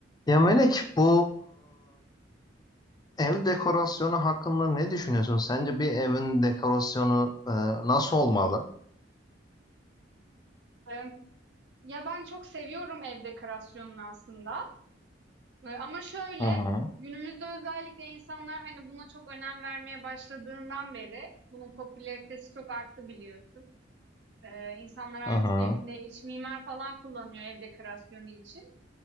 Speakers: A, on the left; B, on the right.
A: Ya Melek bu e, ev dekorasyonu hakkında ne düşünüyorsun? Sence bir evin dekorasyonu e, nasıl olmalı?
B: Emm, ya, ben çok seviyorum ev dekorasyonunu aslında, eee, ama şöyle,
A: Hı hı,
B: günümüzde özellikle insanlar, hani, buna çok önem vermeye başladığından beri bunun popülaritesi çok arttı biliyorsun. Eee, insanlar artık
A: hı hı,
B: evinde iç mimar falan kullanıyor ev dekorasyonu için.